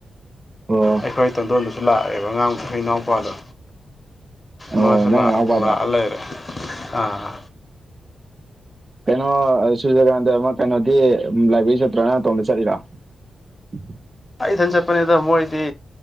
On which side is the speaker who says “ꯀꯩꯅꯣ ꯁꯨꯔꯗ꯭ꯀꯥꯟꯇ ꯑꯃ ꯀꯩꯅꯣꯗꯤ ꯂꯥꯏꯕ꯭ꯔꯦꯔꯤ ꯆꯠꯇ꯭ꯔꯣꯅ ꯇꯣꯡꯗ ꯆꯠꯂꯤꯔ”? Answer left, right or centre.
Right